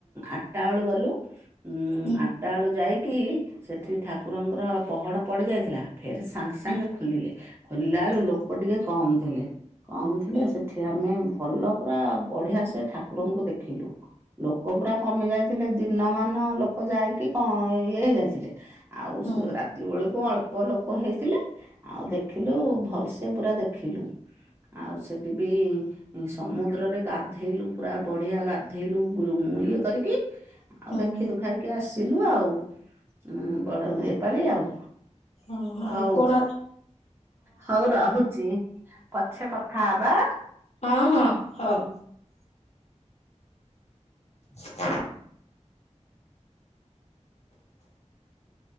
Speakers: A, on the right; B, on the left.
A: ଆଠଟା ବେଳୁ ଗଲୁ। ଉଁ ଉଁ,
B: ହୁଁ
A: ଆଠଟା ବେଳୁ ଯାଇକି ସେଠି ଠାକୁରଙ୍କର ପହଡ ପଡି ଯାଇଥିଲା ଫେରେ ସାଙ୍ଗେ ସାଙ୍ଗେ
B: ହୁଁ
A: ଖୋଲିଲେ। ଖୋଲିଲା ବେଳୁ ଲୋକ ଟିକେ କମ୍ ଥିଲେ, କମ୍ ଥିଲେ
B: ହୁଁ
A: ସେଠ୍ ଏଠି ଆମେ ଭଲ ପୁରା ବଢିଆସେ ଠାକୁରଙ୍କୁ ଦେଖିଲୁ। ଲୋକ ପୁରା କମି ଯାଇଥିଲେ ଦିନ ମାନ ଲୋକ ଯାଇକି କଣ ଇଏ ହେଇଯାଇଥିଲେ। ଆଉ
B: ହୁଁ
A: ସେ ରାତି ବେଳକୁ ଅଳ୍ପ ଲୋକ ହେଇଥିଲେ। ଆଉ ଦେଖିଲୁ ଭଲସେ ପୁରା ଦେଖିଲୁ। ଆଉ ସେଠି ବି ସମୁଦ୍ରରେ ଗାଧ୍ ଧେଇଲୁ ପୁରା ବଢିଆ ଗାଧେଇଲୁ ଇଏ କରିକି, ଆଉ
B: ହୁଁ
A: ଦେଖିଦୁଖାକି କି ଆସିଲୁ ଆଉ, ଉଁ ବଳ ଏପାଳି ଆଉ।
B: ଓହୋଃ
A: ହଉ
B: ଆଉ କୋଣ୍
A: ହଉ ରହୁଛି, ପଛେ କଥା ହବା।
B: ହଁ-ହଁ ହଉ। ହଁ <unintelligible>